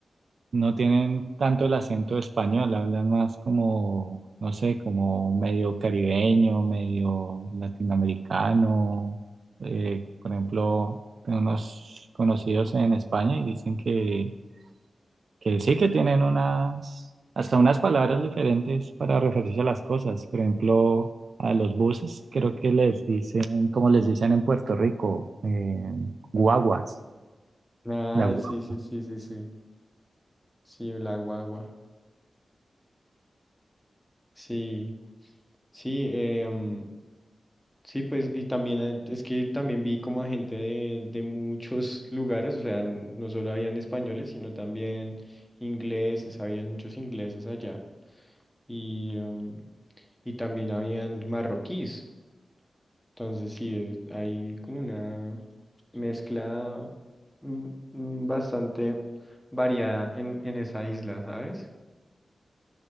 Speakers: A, on the right; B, in the centre.
A: no tienen tanto el acento español, hablan más como, no sé, como medio caribeño, medio latinoamericano. Eh, por ejemplo, tengo unos conocidos en España y dicen que que sí que tienen unas, hasta unas palabras diferentes para referirse a las cosas. Por ejemplo, a los buses, creo que les dicen, como les dicen en Puerto Rico, eh, guaguas,
B: Ay,
A: la guagua.
B: sí, sí, sí, sí, sí. Sí, la guagua. Sí, sí, em, sí, pues, y también hay- es que también vi como a gente de, de muchos lugares, o sea, n- no solo habían españoles, sino también ingleses, habían muchos ingleses allá. Y, em, y también habían marroquíes. Entonces, sí, es- hay como una. mezcla mm, mm, bastante variada en, en esa isla, ¿sabes?